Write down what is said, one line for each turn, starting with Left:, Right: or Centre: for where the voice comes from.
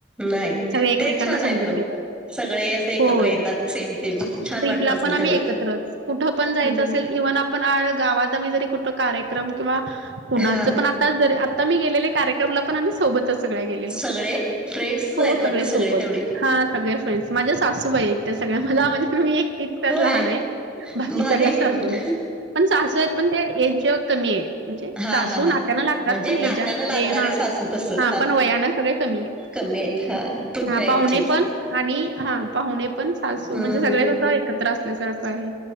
Centre: नाही
Right: सगळे एकमेकांना
Centre: ते छान आहे
Right: समजून
Centre: पण.
Right: घेतात
Centre: सगळे असे एकत्र
Right: होय.
Centre: येतात सेम सेम अस छान वाटत.
Right: ला
Centre: असेल
Right: पण आम्ही
Centre: तेवढंच.
Right: एकत्रच. कुठं पण जायचं
Centre: हं,
Right: असेल. इव्हन आपण, गावात आम्ही जरी कुठ कार्यक्रम किंवा कुणाचं,
Centre: हा
Right: पण? आ जर आता मी गेलेले कार्यक्रमला, पण आम्ही सोबतच. सगळ्या गेलेलो.
Centre: सगळे फ्रेंड्सच
Right: हो
Centre: आहेत
Right: सगळे
Centre: वाटत
Right: सोबत.
Centre: तेवढे
Right: हा सगळे फ्रेंडस. माझ्या सासूबाईयत. सगळ्या मला. म्हणजे, मी एकटीच त्यात
Centre: होय
Right: लहानय. बाकी
Centre: भारी
Right: सगळ्या
Centre: आहे
Right: सासूयत.
Centre: की मग
Right: पण सासूयत पण ते, एज कमीय. म्हणजे
Centre: हा
Right: सासू
Centre: हा
Right: नात्यानं
Centre: हा.
Right: लागतात.
Centre: म्हणजे
Right: पण,
Centre: नात्यानं
Right: एजा
Centre: लागणारे
Right: ए हा,
Centre: सासू तसं
Right: हा. पण वयान सगळे कमीयत.
Centre: कमी आहेत हा तुमच्या
Right: हा
Centre: इच्छेच.
Right: पाहुणे पण. आणि हा, पाहुणे पण. सासू
Centre: हम्म
Right: म्हणजे सगळेत असं एकत्र असल्यासारखं आहे.